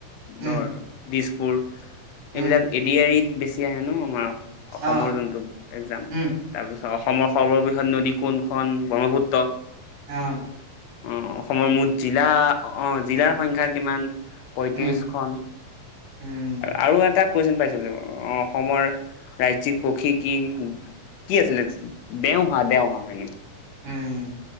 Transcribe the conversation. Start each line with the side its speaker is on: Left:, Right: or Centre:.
Right: উম
Left: ধৰ দিছপুৰ।
Right: উম
Left: এইবিলাক এডি আই ত বেছি আহে ন আমাৰ অসমৰ
Right: অ
Left: যোনটো একজাম
Right: উম
Left: তাৰ পিছত। তাহ অসমৰ সৰ্ববৃহৎ নদী কোনখন ব্ৰহ্মপুত্ৰ
Right: অ
Left: অ অসমৰ মুঠ জিলা আহ জিলাৰ সংখ্যা কিমান? পঁয়ত্ৰিছখন।
Right: উম উম
Left: আৰু এটা কুৱেচন পাইছিলো অ অসমৰ ৰাজ্যিক পক্ষী কি? কি আছিলে দেওঁ হা দেওঁ হা মনুচ
Right: উম